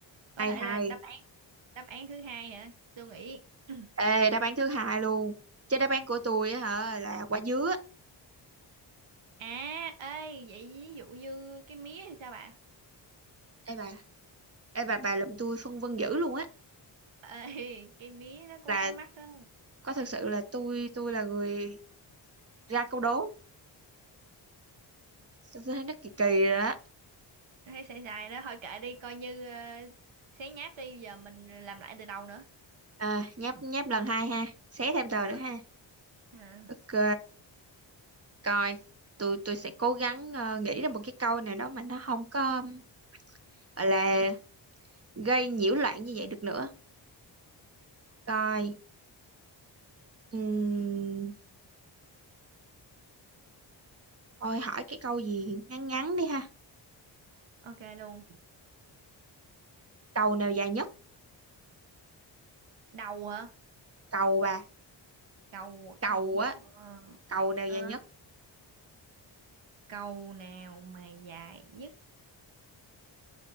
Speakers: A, on the right; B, on the right.
A: có
B: hay
A: thể
B: hay
A: là đáp án đáp án thứ hai hả tôi nghĩ <clears throat>
B: Ê, đáp án thứ hai luôn. Chứ đáp án của tôi á hả là quả dứa.
A: à ê vậy ví dụ như cái mía thì sao bà
B: Ê bà, ê bà bà làm tôi phân vân dữ luôn á.
A: <laughs> ê cái mía nó cũng
B: Là
A: có mắt á
B: có thật sự là tôi tôi là người ra câu đố. Tôi thấy nó kỳ kỳ rồi đó.
A: thấy xài xài đó thôi kệ đi coi như ờ, xé nháp đi giờ mình làm lại từ đầu nữa
B: À, nháp nháp lần hai ha. Xé thêm tờ
A: Ờ,
B: nữa ha.
A: ờ.
B: Ok, coi. Tôi tôi sẽ cố gắng ờ, nghĩ ra một cái câu nào đó mà nó không có um, gọi là
A: <laughs>
B: gây nhiễu loạn như vậy được nữa. Coi. Ừm, thôi hỏi cái câu gì ngắn ngắn đi ha.
A: ok luôn
B: Cầu nào dài nhất?
A: Cầu hả?
B: Cầu bà.
A: Cầu
B: Cầu
A: cầu
B: á
A: ờ,
B: cầu nào
A: à,
B: dài nhất
A: cầu nào mà dài nhất?